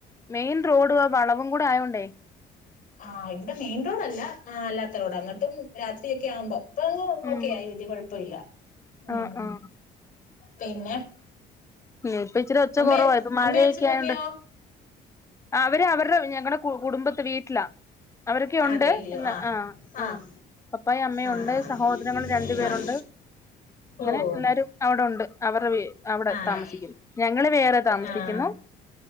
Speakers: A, on the left; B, on the left.
A: മെയിൻ റോഡു ആ വളവും കൂടെ ആയോണ്ടേ
B: ആ ഇവ്ടെ മെയിൻ റോഡല്ല അല്ലാത്ത റോഡാ ഇന്നട്ടും രാത്രിയൊക്കെ ആവുമ്പൊം ഇപ്പംങ്ങ്
A: ഉം
B: ഓക്കേയായി വല്യ കൊഴപ്പയില്ല ഉം
A: ആഹ് ആഹ്
B: പിന്നെ
A: ഞ്ഞിപ്പ ഇച്ചിരി ഒച്ച
B: അമ്മേ
A: കൊറവാ ഇപ്പൊ മഴയൊക്കെ
B: അമ്മയും അച്ഛനും
A: ആയോണ്ട്
B: ഒക്കെയോ
A: അവര് അവര്ടെ ഞങ്ങടെ കുടുംബത്ത് വീട്ട്ലാ അവരൊക്കെയ് ഉണ്ട്
B: അതേല്ലിയോ
A: എല്ല
B: ആഹ്
A: ആഹ
B: ആഹ്
A: ആ പപ്പയ് അമ്മയും
B: ആഹ്
A: ഉണ്ട് സഹോദരങ്ങള് രണ്ടു പേരുണ്ട്
B: ആഹ്
A: അങ്ങനെ
B: ഓഹ്
A: എല്ലാരും അവ്ടെ ഉണ്ട് അവരെ വെ അവ്ടെ
B: ആഹ്
A: താമസിക്യുന്നു ഞങ്ങള് വേറെ താമസിക്യുന്നു
B: ആഹ്